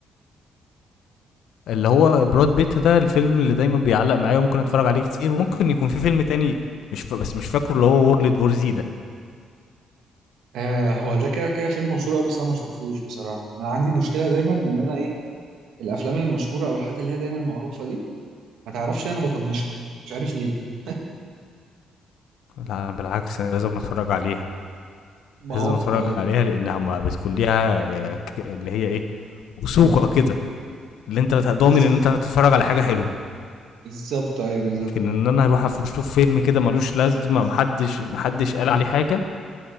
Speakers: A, on the left; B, on the right.
A: اللي هو براد بيت ده الفيلم اللي دايما بيعلق معايا وممكن اتفرج عليه كتير وممكن يكون في فيلم تاني مش ف... بس مش فاكره اللي هو وورلد وور زي ده
B: آه هو ده كده كده فيلم مشهور قوي بس انا ما شفتوش بصراحة انا عندي مشكلة دايما ان انا ايه الافلام المشهورة او الحاجات اللي هي دايما معروفة دي ما تعرفش إن انا بطنشها مش عارف ليه
A: لا بالعكس أنا لازم اتفرج عليها
B: ما
A: لازم
B: هو بتبقى
A: اتفرج
B: لازم
A: عليها لانها ما بتكون ليها آه، ك- اللي هي ايه وثوقه
B: امم
A: كده اللي انت ضامن
B: بالظبط
A: ان انت هتتفرج على حاجه حلوه
B: بالظبط ايوه بالظبط
A: لكن ان انا اروح أف- اشوف فيلم كده ملوش لازمه محدش محدش قال عليه حاجه